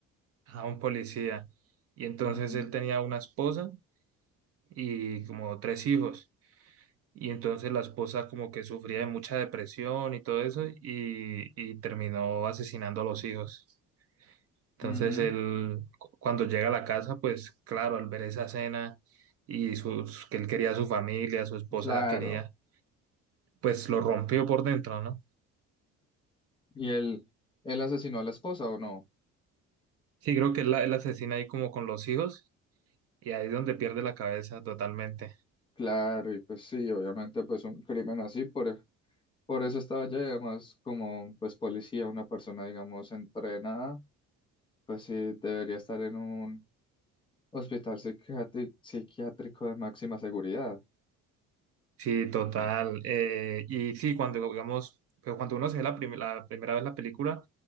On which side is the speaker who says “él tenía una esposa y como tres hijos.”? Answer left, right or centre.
Right